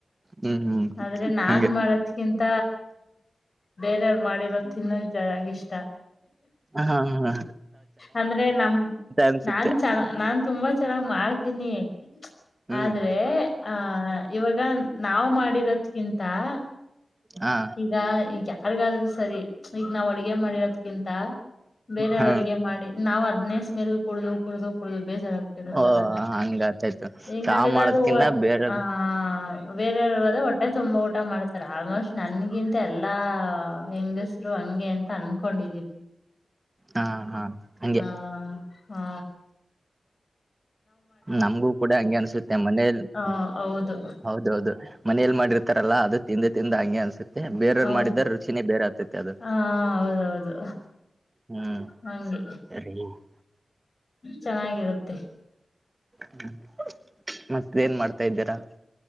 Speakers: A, on the right; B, on the left.
A: ಹ್ಮ್ ಹ್ಮ್
B: ಆದ್ರೆ ನಾನ್
A: ಹಂಗೆ
B: ಮಾಡದಕಿಂತ ಬೇರೆಯವ್ರು ಮಾಡಿರೋ ತಿನ್ನೋ ಜಷ್ಟ
A: ಹಾ ಹಾ
B: ಅಂದ್ರೆ ನಮ
A: ಅನ್ಸುತ್ತೆ
B: ನಾನ್ ಚನ್ನ ನಾನ್ ತುಂಬಾ ಚೆನ್ನಾಗ್ ಮಾಡ್ತೀನಿ
A: ಹ್ಮ್
B: ಆದ್ರೆ ಆಹ ಇವಾಗ ನಾವ್ ಮಾಡಿರೋದ್ಕಿಂತ ಹ
A: ಹ
B: ಈಗ ಈಗ ಯಾರ್ಗಾದ್ರೂ ಸರಿ ಈಗ ನಾವ್ ಅಡ್ಗೆ ಮಾಡಿರೋದ್ಕಿಂತ ಬೇರೆಯವ್ರ
A: ಹಾ
B: ಅಡ್ಗೆ ಮಾಡಿ ನಾವ್ ಹದ್ನೇ ಸ್ಮೆಲ್ ಕುಡಿದ ಕುಡಿದ ಕುಡು ಬೇಜಾರಾಗ್ಬಿಟ್ಟಿತ್ತಲ್ಲ
A: ಓ ಹಂಗ ಆತಾಯ್ತು
B: ಈಗ
A: ಚಾ
B: ನಾವೆಲ್ಲಾರೂ
A: ಮಾಡದ್ಕಿನ್ನ ಬೇರೆ
B: ಹ ಬೇರೆವ ಒಟ್ಟ ತುಂಬಾ ಊಟ ಮಾಡ್ತಾರೆ ಆಲ್ಮೋಸ್ಟ್ ನನ್ಗಿಂತ ಎಲ್ಲಾ ಹೆಂಗಸ್ರು ಹಂಗೆ ಅಂತ ಅನ್ಕೊಂಡಿದೀವಿ.
A: ಹಾ ಹಾ ಹಂಗೆ
B: ಹಾ ಹಾ
A: ನಮ್ಗೂ ಕೂಡ ಹಂಗೆ ಅನ್ಸುತ್ತೆ ಮನೆಯಲ್ಲಿ <unintelligible>
B: ಹ ಹೌದು
A: ಹೌದೌದು ಮನೇೆಯಲ್ಲಿ ಮಾಡಿದ್ ಇರ್ತರಲ್ಲ ಅದು ತಿಂದು ತಿಂದು ಹಂಗೆ ಅನ್ಸುತ್ತೆ ಮತ್ತ ಬೇರವರು
B: ಹೌದು
A: ಮಾಡಿದಾರ ರುಚಿನೇ ಬೇರೆ ಆಗ್ತತಿ ಅದು.
B: ಹಾ ಹೌದೌದು
A: ಹ್ಮ್
B: ಹಂಗೆ
A: ರ <unintelligible>
B: ಚೆನ್ನಾಗಿರುತ್ತೆ
A: <inaudible> ಮತ್ತೆ ಏನ್ ಮಾಡ್ತಾ ಇದ್ದೀರಾ.